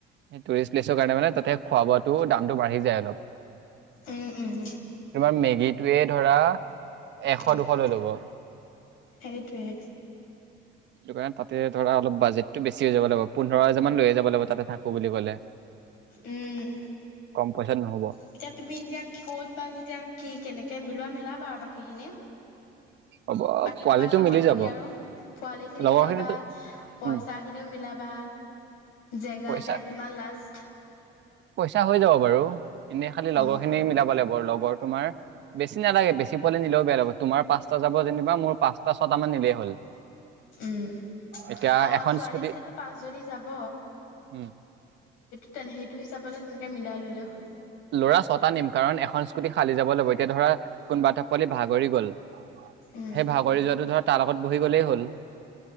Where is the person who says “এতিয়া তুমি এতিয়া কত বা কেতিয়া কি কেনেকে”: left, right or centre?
Left